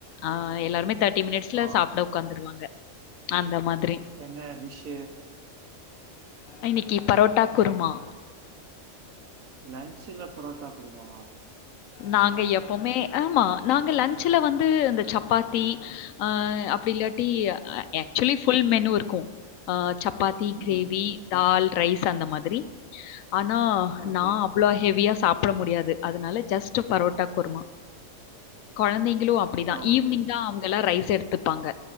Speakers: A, on the left; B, on the right.
A: ஆ எல்லாருமே தேர்ட்டி மினிட்ஸ்ல
B: ஆ
A: சாப்ட உக்காந்துருவாங்க அந்த மாதிரி
B: என்ன டிஷ்ஷூ
A: இன்னிக்கு பரோட்டா குருமா
B: லன்ச்சுல பரோட்டா குருமாவா
A: நாங்க எப்போமே ஆமா நாங்க லன்ச்சுல வந்து அந்த சப்பாத்தி ஆ அப்டி இல்லாட்டி அ ஆக்ச்சுலி ஃபுல் மெனு இருக்கு ஆ சப்பாத்தி கிரேவி
B: ம்.
A: தால் ரைய்ஸ் அந்த மாதிரி அனா
B: ஓகே.
A: நா அவ் ளோ ஹெவியா சாப்ட முடியாது அதுனால ஜஸ்ட் பரோட்டா குர்மா கொழந்தைங் களு அப்டிதா
B: ஆ ஓகே.
A: ஈவினிங்தா அவங்கல்லா ரைஸ் எடுத்துப்பாங்க